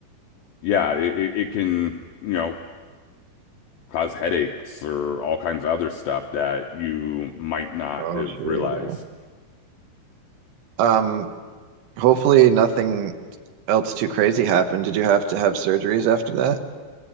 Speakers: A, on the left; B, on the right.
A: yeah, it, it it can, you know, cause headaches or all kinds of other stuff that you might not
B: Oh,
A: have
B: true.
A: realized.
B: Yeah. Um, hopefully nothing else too crazy happened. Did you have to have surgeries after that?